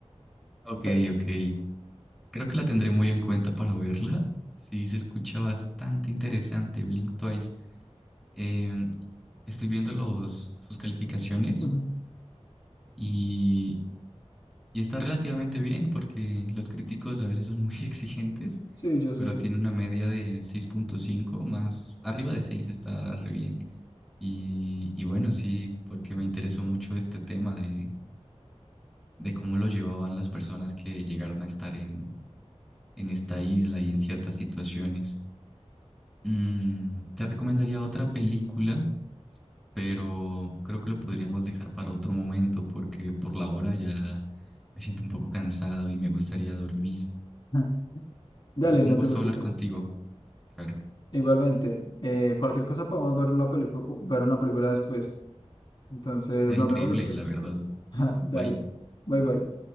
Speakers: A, in the centre; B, on the left (about 45°).
A: Ok,
B: Te-
A: ok. Creo que la tendré muy en cuenta para verla. Sí, se escucha bastante interesante, Blink Twice. Em, estoy viendo los, sus calificaciones
B: Ujú.
A: y, y está relativamente bien porque los críticos a veces son muy <laughs> exigentes
B: Sí, yo sé.
A: pero tiene una media de seis punto cinco más arriba de 6 está re bien. Y, y bueno, sí, porque me interesó mucho este tema de, de cómo lo llevaban las personas que llegaron a estar en, en esta isla y en ciertas situaciones. Mm, te recomendaría otra película, pero creo que lo podríamos dejar para otro momento porque por la hora ya me siento un poco cansado y me gustaría dormir.
B: Ajá. Dale,
A: Pero fue
B: no
A: un gusto
B: te preocupes.
A: hablar contigo, claro.
B: Igualmente, eh, cualquier cosa podemos ver la película, ver una película después. Entonces,
A: Estaría
B: nos
A: increíble,
B: vemos después.
A: la verdad.
B: <laughs> Dale.
A: Bye.
B: Bye bye.